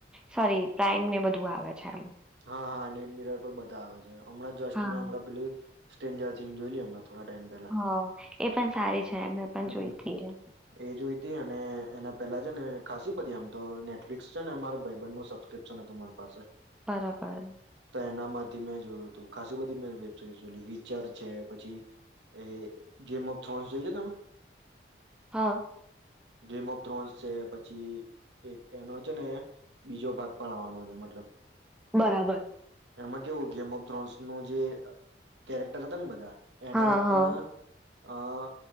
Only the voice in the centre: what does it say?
સોરી પ્રાઈમ ને બધું આવે છે એમ.
હા
હા એ પણ સારી છે. મેં પણ
જોઈ હતી એ
બરાબર.
હા
બરાબર.
હા
હા